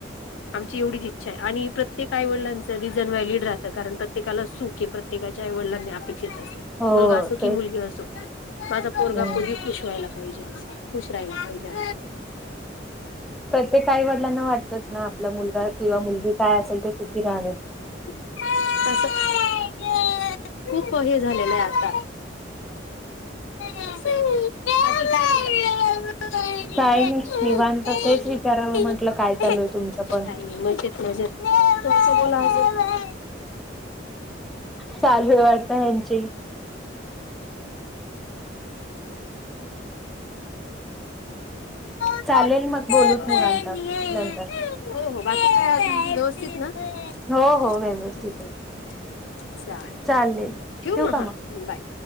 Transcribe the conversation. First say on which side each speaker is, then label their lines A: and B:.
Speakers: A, on the left (about 75°); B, in the centre.
A: आमची एवढीच इच्छा आहे आणि प्रत्येक आई वडीलांचं. रिजन व्हॅलीड राहत कारण प्रत्येकाला सुख हे प्रत्येकाच्या आईवडिलांनी आपली.
B: हो
A: मुलगा असो की
B: तेच
A: मुलगी असो माझा पोरगा
B: हम्म.
A: पोरी खुश व्हायला पाहिजे अस खुश राहिला पाहिजे.
B: प्रत्येक आई वडिलांना वाटतंच ना आपला मुलगा किंवा मुलगी काय असेल ते सुखी राहायला पाहिजे.
A: तस, आता खूप हे झालेलं आहे आता. <unintelligible>
B: काही
A: नाही
B: नाही निवांत तेच विचारावं म्हटलं काय चालू आहे तुमचं पण?
A: नाही नाही मजेत मजेत <unintelligible>
B: चालू वाटत ह्यांची
A: <unintelligible>
B: चालेल मग बोलूत निवांत नंतर
A: <unintelligible>
B: हो हो व्यवस्थित आहे
A: चालेल
B: चालेल
A: ठेऊ
B: ठेवू
A: मग
B: का
A: ह
B: हा
A: बाय.